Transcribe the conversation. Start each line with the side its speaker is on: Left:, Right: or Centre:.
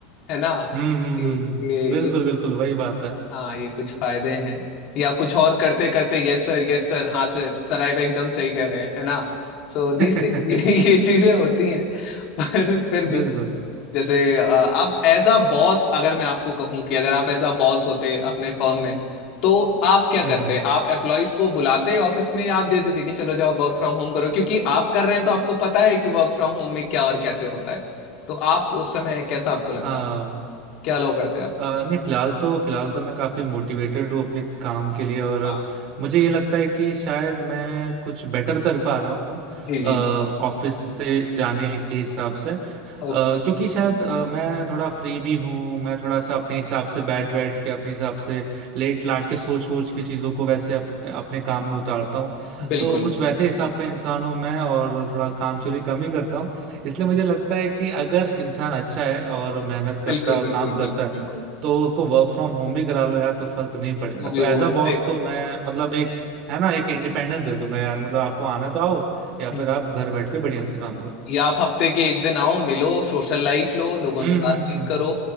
Left: है ना
Right: हम्म हम्म
Left: ये
Right: हम्म,
Left: ये
Right: बिल्कुल
Left: ये
Right: बिल्कुल वही बात है
Left: हाँ ये कुछ फायदे हैं या कुछ और करते करते यस सर यस सर हाँ सर सर आप एकदम सही कह रहे हैं है ना सो so,
Right: <laughs>
Left: these <laughs> ये ये चीजें होती हैं पर फिर भी
Right: बिल्कुल
Left: जैसे अ, आप एज अ बॉस अगर मैं आपको कहूं कि अगर आप एज अ बॉस होते अपने फर्म में तो आप क्या
Right: हम्म
Left: करते
Right: हम्म
Left: आप एम्प्लॉयज को बुलाते ऑफिस में या आप दे देते कि चलो जाओ वर्क फ्रॉम होम करो क्योंकि आप कर रहे हैं तो आपको पता है कि वर्क फ्रॉम होम में क्या और कैसे होता है तो आप उस समय कैसा आपको
Right: हाँ
Left: लगता क्या अलाउ करते आप
Right: अ, नहीं फिलहाल तो फिलहाल तो मैं काफी मोटिवेटेड हूँ अपने काम के लिए और
Left: हाँ
Right: मुझे ये लगता है कि शायद मैं कुछ बेटर कर पा रहा हूँ
Left: जी जी
Right: ऑफिस से जाने के हिसाब से अ,
Left: ओ,
Right: क्योंकि शायद अ, मैं थोड़ा फ्री भी हूँ मैं थोड़ा सा अपने हिसाब से बैठ बैठ के अपने हिसाब से लेट लाट के सोच सोच के चीज़ों को वैसे अप, अपने काम में उतारता हूँ
Left: बिल्कुल
Right: तो कुछ वैसे हिसाब का इंसान हूँ मैं और थोड़ा काम चोरी कम ही करता हूँ इसलिए मुझे लगता है कि अगर इंसान अच्छा है और मेहनत करता
Left: बिल्कुल
Right: है और
Left: बिल्कुल
Right: काम करता
Left: बिल्कुल
Right: है
Left: बिल्कुल
Right: तो उसको वर्क फ्रॉम होम भी करा लो यार तो फर्क नहीं पड़ेगा
Left: वो भी
Right: तो एज
Left: वो
Right: अ
Left: सही
Right: बॉस
Left: बात
Right: तो मैं मतलब एक है ना एक इंडिपेंडेंस दे दूंगा यार मतलब आपको आना तो आओ
Left: है।
Right: या फिर
Left: हम्म।
Right: आप घर बैठ के बढ़िया से काम करो
Left: या आप हफ्ते के एक दिन आओ मिलो सोशल लाइफ लो लोगों
Right: हम्म
Left: से बातचीत
Right: हम्म हम्म
Left: करो